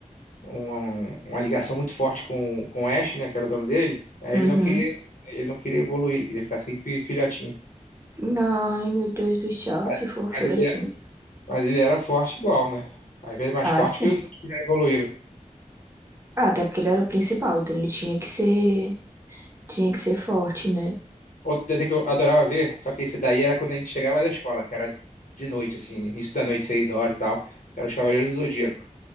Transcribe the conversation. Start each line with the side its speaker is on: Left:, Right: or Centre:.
Left: um- uma ligação muito forte com, com o Ash, né? Que era o dono dele, aí
Right: uhum.
Left: ele não queria, ele não queria evoluir, ele queria ficar sempre filhotinho.
Right: Ai, meu Deus do céu,
Left: Mas,
Right: que fofura
Left: mas ele,
Right: assim.
Left: Mas ele era forte igual, né? Às vezes mais
Right: Ah,
Left: forte
Right: sim.
Left: que os outros que já evoluíram.
Right: Ah, até porque ele era o principal, então ele tinha que ser, tinha que ser forte, né?
Left: Outro desenho que eu adorava ver, só que esse daí era quando a gente chegava da escola, que era de noite, assim, início da noite, seis horas e tal. Era os Cavaleiros do Zodíaco.